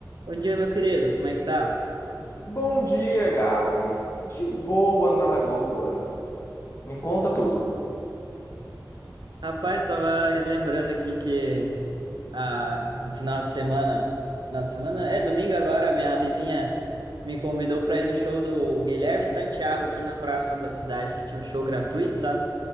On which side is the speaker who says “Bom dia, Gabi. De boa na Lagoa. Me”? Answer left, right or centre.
Left